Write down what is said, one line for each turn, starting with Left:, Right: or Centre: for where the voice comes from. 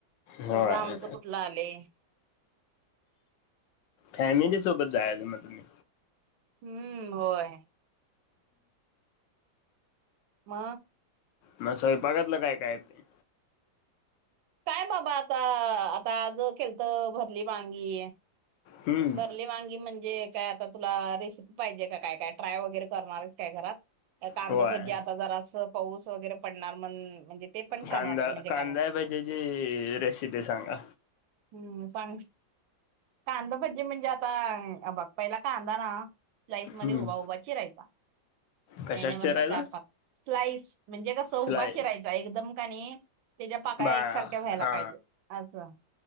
Left: होय
Right: तसं आमचं कुठलं आलय
Left: फॅमिली सोबत जायच मग तुम्ही.
Right: हुं होय. म
Left: मग सगळ बघतलं काय काय ते
Right: काय बाबा आता आता आज केलत भरली वांगी
Left: हम्म
Right: भरली वांगी म्हण णजे काय आता तुला रेसिपी पाहिजे का काय काय ट्राय वगैरे करणार हाईस काय घरात? काय कांदभजी
Left: होय
Right: आता जरासं पाऊस वगैरे पडणार म्हण म्हणजे ते पण
Left: कांदा
Right: छान वाटते म्हणजे
Left: कांदा
Right: कराय.
Left: भजीची रेसिपी सांगा.
Right: हम्म सांग कांदा भाजी म्हणजे आता हे बघ पहिला कांदा ना स्लाईस मध्ये
Left: हम्म
Right: उभा उभा चिरायचा नाही
Left: कशात
Right: नाही म्हणता
Left: चिरायला
Right: चार पाच स्लाईस म्हणजे कसं उभा
Left: शिलाई
Right: चिरायचा एकदम कनी तेज्या पाकळ्या
Left: बा
Right: एकसारख्या व्हायला
Left: हा
Right: पाहिजे आसं